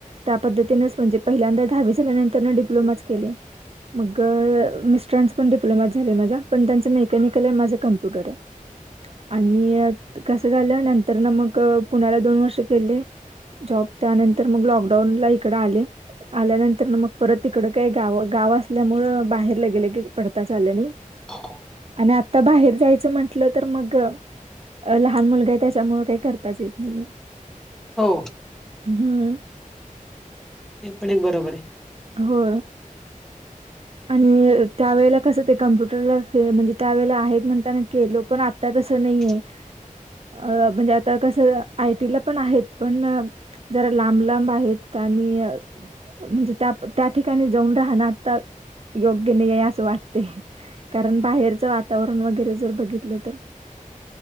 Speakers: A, on the right; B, in the centre.
A: त्या पद्धतीनेच म्हणजे पहिल्यांदा दहावी झाल्यानंतर डिप्लोमाच केले. मग मिस्टरांस पण डिप्लोमात झाले माझ्या पण त्यांचं मेकॅनिकल आहे माझं कम्प्युटर आहे. आणि कसं झालं नंतर ना मग पुणाला दोन वर्ष केले. जॉब त्यानंतर मग लॉकडाऊन ला इकडे आले. आल्यानंतर ना मग परत तिकड काही गाव गाव असल्यामु बाहेरला गेले की पडताच आलं नाही.
B: <inaudible>
A: आणि आता बाहेर जायचं म्हण. लं तर मग लहान मुलगा त्याच्यामु काही करताच येत नाहीे.
B: हो.
A: हम्म
B: ते पण एक बरोबर आहे.
A: हो. आणि त्यावेेळे कसं ते कम्प्युटरला फे म्हणजे त्यावेेळेला आहेत म्हणताना के लो पण आत्ता तसं नाहीय.
B: <inaudible>
A: अ म्हणजे आता कसं आयटीला पण आहेत पण. जरा लांब लांब आहेत आणि. म्हणजे त्या त्या ठिकाणी जाऊन राहणं आता. योग्य नाही आहे असं वाटते कारण बाहेरचं वातावरण वगैरे जर बघितलं तर.